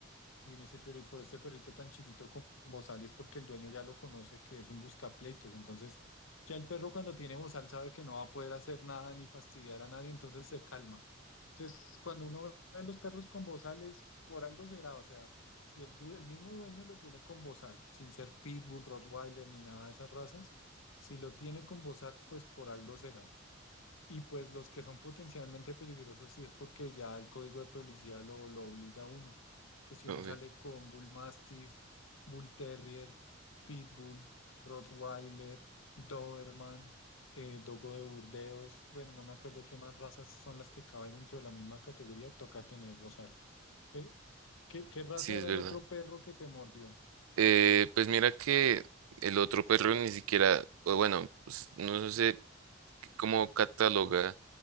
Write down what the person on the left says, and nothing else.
y uno dice, pero ¿y por este perrito tan chiquito con bozal? Y es porque el dueño ya lo conoce, que es un buscapleitos. Entonces, ya el perro cuando tiene bozal sabe que no va a poder hacer nada ni fastidiar a nadie, entonces se calma. Entonces, cuando uno ve los perros con bozales, por algo será. O sea, si el, due- el mismo dueño lo tiene con bozal, sin ser Pitbull, Rottweiler ni nada de esas razas, si lo tiene con bozal, pues por algo será. Y pues los que son potencialmente peligrosos sí es porque ya el código de publicidad lo, lo obliga a uno. Que si
uno sale con Bull Mastiff, Bull Terrier, Pitbull, Rottweiler, Doberman, eh, Dogo de Burdeos, bueno, no me acuerdo qué más razas son las que caben dentro de la misma categoría, toca tener bozal. Eh, ¿Qué, qué raza
era
el otro perro que te mordió?